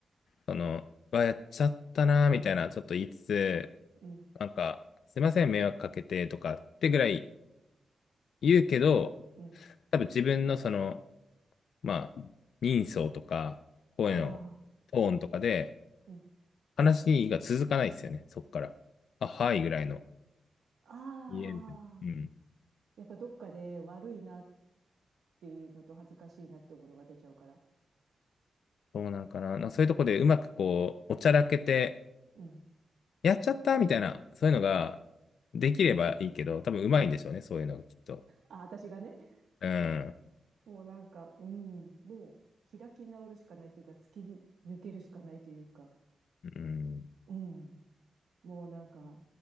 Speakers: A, on the left (about 80°); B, on the right (about 85°).
A: その、うわ、やっちゃったなーみたいな、ちょっと言いつつ、
B: うん、
A: なんか、すいません、迷惑かけてとかってぐらい言うけど、
B: うん。
A: 多分自分のその、まあ、人相とか、声のトーンとかで、
B: ああ、うん。
A: 話が続かないですよね、そこから。あ、はいぐらいの。
B: ああ、
A: いいえ、みたいな。うん。
B: やっぱどっかで悪いなっていうのと恥ずかしいなって思うのが出ちゃうから。
A: そうなんかな。なそういうとこでうまくこう、おちゃらけて、
B: うん。
A: やっちゃったみたいな、そういうのができればいいけど、多分うまいんでしょうね、そういうのがきっと。
B: あ、私がね。<laughs>
A: うん。
B: いやもうなんか、うん、もう開き直るしかないというか、突き抜けるしかないというか、
A: うん。
B: うん。もうなんか、